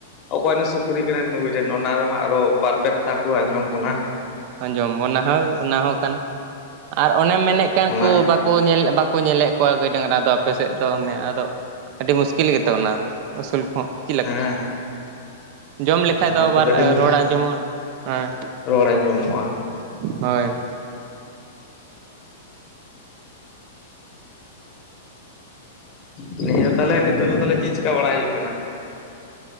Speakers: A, on the left (about 40°); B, on the right (about 50°).
A: ᱚᱠᱚᱭᱮᱱ ᱥᱩᱠᱨᱤ ᱠᱟᱱᱟᱭ ᱱᱩᱭ ᱨᱮᱱ ᱚᱱᱟ ᱨᱮᱦᱟᱸᱜ ᱟᱨᱚ ᱵᱟᱨ ᱯᱮ ᱠᱟᱛᱷᱟ ᱠᱚ ᱟᱸᱡᱚᱢ ᱵᱚᱱᱟ,
B: ᱟᱸᱡᱚᱢ ᱚᱱᱟ ᱦᱳᱭ ᱚᱱᱟ ᱦᱚᱸ ᱠᱟᱱᱟ ᱟᱨ ᱚᱱᱮᱢ ᱢᱮᱱᱮᱫ ᱠᱟᱱ
A: ᱚᱱᱟ
B: ᱠᱚ ᱵᱟᱠᱚ ᱠᱚ ᱧᱮᱞ ᱵᱟᱠᱚ ᱧᱮᱞᱮᱫ ᱠᱚᱣᱟ ᱜᱟᱹᱭ ᱰᱟᱝᱨᱟ ᱫᱚ ᱟᱯᱮᱥᱮᱫ ᱫᱚ ᱚᱱᱮ ᱟᱫᱚ ᱟᱹᱰᱤ ᱢᱩᱥᱠᱤᱞ ᱜᱮᱛᱚ ᱚᱱᱟ ᱫᱚ ᱟᱹᱥᱩᱞ ᱠᱚᱦᱚᱸ ᱪᱮᱫ ᱞᱮᱠᱟ
A: ᱦᱮᱸ
B: ᱡᱚᱢ ᱞᱮᱠᱷᱟᱡ
A: ᱚᱱᱟ
B: ᱫᱚ ᱟᱵᱟᱨ
A: ᱠᱚᱫᱚ ᱟᱹᱰᱤ
B: ᱨᱚᱲ ᱟᱸᱡᱚᱢᱚᱜᱼᱟ ᱦᱮᱸ
A: ᱨᱚᱲ ᱟᱸᱡᱚᱢᱚᱜᱼᱟ
B: ᱦᱳᱭ
A: ᱦᱩᱸ ᱱᱤᱭᱟᱹ ᱛᱟᱦᱞᱮ ᱱᱤᱛᱳᱜ ᱫᱚ ᱛᱟᱞᱦᱮ ᱪᱮᱫ ᱪᱮᱠᱟ ᱵᱟᱲᱟ ᱦᱩᱭᱩᱜ ᱠᱟᱱᱟ,